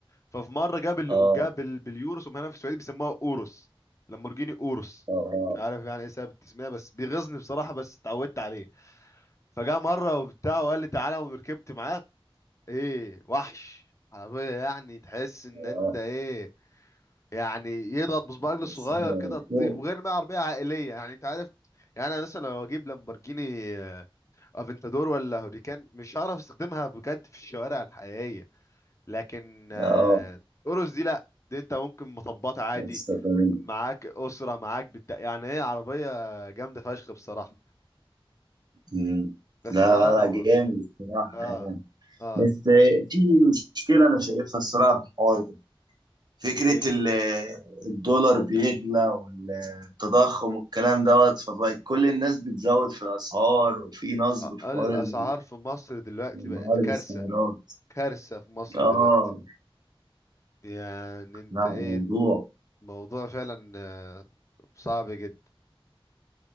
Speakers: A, on the left (about 30°); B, on the right (about 45°).
A: ففي مره جاب ال...
B: اه
A: جاب ال... باليوروس هم هنا في السعوديه بيسموها اوروس لامبورجيني اوروس
B: اه
A: مش عارف يعني ايه سبب التسميه بس بيغيظني بصراحه بس اتعودت عليه فجاء مره وبتاع وقال لي تعالى وركبت معاه ايه وحش عربيه يعني تحس ان انت
B: اه
A: ايه يعني يضغط بصبع رجله
B: بس
A: الصغير
B: هي
A: كده تطير
B: فوق.
A: وغير ما هي عربيه عائليه يعني انت عارف يعني انا مثلا لو اجيب لامبورجيني آه، افنتادور ولا هوريكان مش هعرف استخدمها بجد في الشوارع الحقيقيه لكن آه،
B: اه
A: أورس دي لا دي انت ممكن مطبات عادي
B: هتستخدم.
A: معاك أسرة معاك بت... يعني ايه عربية جامدة فشخ بصراحة
B: مم.
A: بس
B: لا
A: سعرها طبعا
B: لا جامد الصراحة
A: اه
B: يعني.
A: اه
B: بس في مشكلة أنا شايفها الصراحة في الحوار فكرة
A: ايه
B: ال- الدولار بيغلى والتضخم والكلام دوت فبقت كل الناس بتزود في الأسعار وفي نصب
A: آه،
B: في
A: الأسعار
B: حوار ال-
A: في مصر دلوقتي بقت
B: معارض
A: كارثة
B: السيارات
A: كارثة في مصر
B: اه
A: دلوقتي يعني انت
B: لا
A: ايه
B: موضوع
A: موضوع فعلا آه، صعب جدا